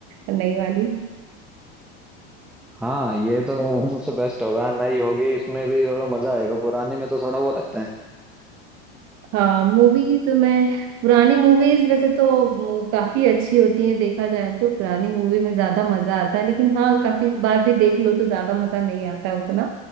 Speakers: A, on the right; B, in the centre.
A: नई वाली
B: हाँ ये तो मुझसे बेस्ट होगा नई होगी इसमें भी थोड़ा मजा आएगा पुराने में तो थोड़ा वो रहता है
A: हाँ मूवीज में पुरानी मूवीज वैसे तो म, काफी अच्छी होती हैं देखा जाए तो पुरानी मूवी में ज्यादा मजा आता है लेकिन हाँ काफी बार भी देख लो तो ज्यादा मजा नहीं आता है उतना